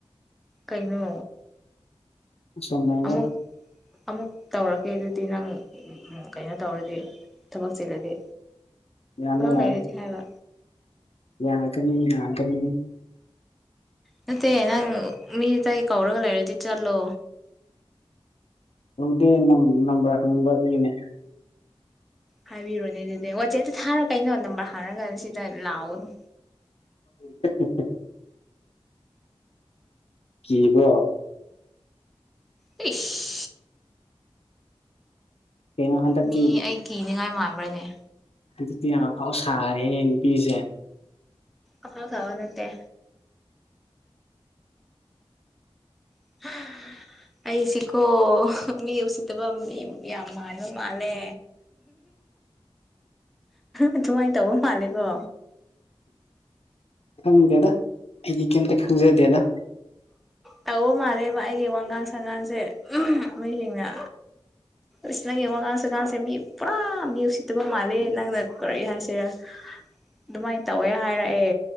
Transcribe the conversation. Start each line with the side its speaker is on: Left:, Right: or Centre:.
Centre: ꯀꯩꯅꯣ
Left: ꯁꯣꯝꯗꯅꯤꯗ
Centre: ꯑꯃꯨꯛ ꯑꯃꯨꯛ ꯇꯧꯔꯛꯀꯦ ꯑꯗꯨꯗꯤ ꯅꯪ ꯀꯩꯅꯣ ꯇꯧꯔꯗꯤ ꯊꯕꯛ ꯆꯤꯜꯂꯗꯤ
Left: ꯌꯥꯅꯤ
Centre: ꯊꯕꯛ
Left: ꯌꯥꯅꯤ
Centre: ꯂꯩꯔꯗꯤ ꯍꯥꯏꯕ
Left: ꯌꯥꯒꯅꯤ ꯌꯥꯒꯅꯤ
Centre: ꯅꯠꯇꯦ ꯅꯪ ꯃꯤ ꯑꯇꯩ ꯀꯧꯔꯒ ꯂꯩꯔꯗꯤ ꯆꯠꯂꯣ
Left: ꯀꯧꯗꯦ ꯅꯝ ꯅꯝꯕꯔ ꯍꯪꯕ ꯑꯗꯨꯒꯤꯅꯦ
Centre: ꯍꯥꯏꯕꯤꯔꯣꯅꯦ ꯑꯗꯨꯗꯤ ꯋꯥꯆꯦꯞꯇ ꯊꯥꯔꯣ ꯀꯩꯅꯣ ꯅꯝꯕꯔ ꯍꯪꯉꯒ ꯁꯤꯗ ꯂꯥꯎꯒꯅꯨ
Left: <unintelligible> ꯀꯤꯕꯔꯣ
Centre: ꯏꯁ
Left: ꯀꯩꯅꯣ ꯍꯟꯗꯛꯇꯤ
Centre: ꯃꯤ ꯑꯩ ꯀꯤꯅꯤꯡꯉꯥꯏ ꯃꯥꯟꯕ꯭ꯔꯅꯦ꯫
Left: ꯑꯗꯨꯗꯤ ꯑꯐꯥꯎ ꯁꯥꯔꯦꯅꯦ ꯅꯨꯄꯤꯁꯦ꯫
Centre: ꯑꯐꯥꯎ ꯁꯥꯕ ꯅꯠꯇꯦ <unintelligible> ꯑꯩꯁꯤꯀꯣ ꯃꯤ ꯎꯁꯤꯠꯇꯕ ꯃꯤ ꯌꯥꯝ ꯃꯥꯟꯕ ꯃꯥꯜꯂꯦ꯫ ꯑꯗꯨꯃꯥꯏ ꯇꯧꯕ ꯃꯥꯜꯂꯦꯀꯣ
Left: ꯈꯪꯗꯦꯗ ꯑꯩꯗꯤ ꯀꯩꯝꯇ ꯈꯪꯖꯗꯦꯗ꯫
Centre: ꯇꯧꯕ ꯃꯥꯜꯂꯦꯕ ꯑꯩꯒꯤ ꯋꯥꯉꯥꯡ ꯁꯉꯥꯡꯁꯦ ꯃꯤꯁꯤꯡꯅ ꯏꯁ ꯅꯪꯒꯤ ꯋꯥꯉꯥꯡ ꯁꯉꯥꯡꯁꯦ ꯃꯤ ꯄꯨꯔꯥꯝ ꯃꯤ ꯎꯁꯤꯠ ꯇꯧꯗꯨꯕ ꯃꯥꯜꯂꯦ ꯅꯪꯅ ꯀꯔꯤ ꯍꯥꯏꯁꯤꯔꯥ ꯑꯗꯨꯃꯥꯏꯅ ꯇꯧꯋꯦ ꯍꯥꯏꯔꯛꯑꯦ